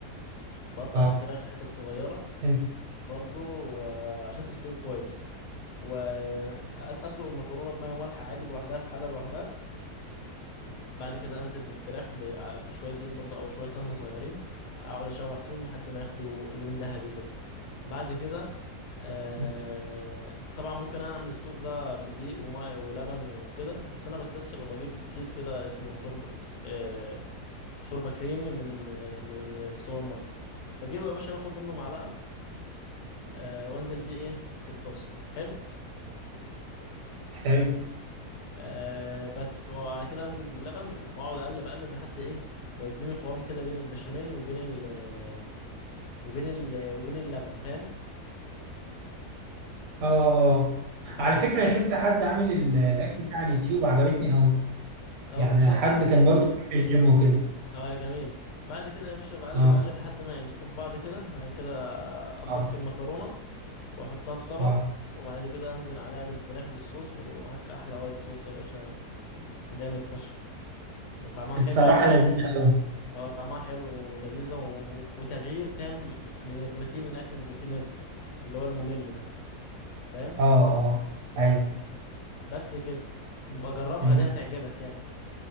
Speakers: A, on the left; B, on the right.
A: بقطع
B: آه
A: الفراخ حتت صغيرة
B: أنت
A: برضو و- عشان تستوي كويس وأسلق المكرونة بمية مالحة عادي لوحدها في حلة لوحدها بعد كده انزل بالفراخ ب... ع- في شويه زيت برضه او شويه سمنه صغيرين اقعد اشوح فيهم لحد ما ياخدوا لون ذهبي كده بعد كده آه...
B: <laughs>
A: طبعا ممكن انا اعمل الصوص ده بدقيق وماء ولبن وكده بس انا بستسهل وبجيب كيس كده اسمه شوربه ك- آه... شوربه كريمي من آه... من السوبر ماركت بجيبه يا باشا باخد منه معلقه آه... وانزل بيه ايه في الطاسه حلو
B: حلو
A: أه بس وبعد كده انزل باللبن واقعد اقلب اقلب لحد ايه ما يدوني قوام كده بين البشاميل وبين ال آه، وبين ال آه، وبين اللبن فاهم
B: آه آه
A: وبعد
B: على
A: ك-
B: فكرة أنا شفت حد عامل ال- الأكل ده على اليوتيوب وعجبتني أوي
A: اه
B: يعني
A: بالظبط
B: حد كان برضو بيروح الجيم وكده
A: اه جميل بعد كده يا باشا بقلب
B: آه
A: اقلب لحد ما يمسكوا في بعض كده بعد كده اصفي
B: آه
A: المكرونه واحطها في طبق
B: آه
A: وبعد كده انزل عليها بالفراخ بالصوص ومعاك احلى وايت صوص يا باشا جامد فشخ وطعمها
B: الصراحة
A: حلو قوي
B: لذيذة أوي
A: اه طعمها حلو ولذيذة و... وتغيير فاهم من الروتين الأكل للروتين ال- اللي هو الممل ده فاهم
B: آه آه أيوه
A: بس كده نبقى جربها
B: مم.
A: دي هتعجبك يعني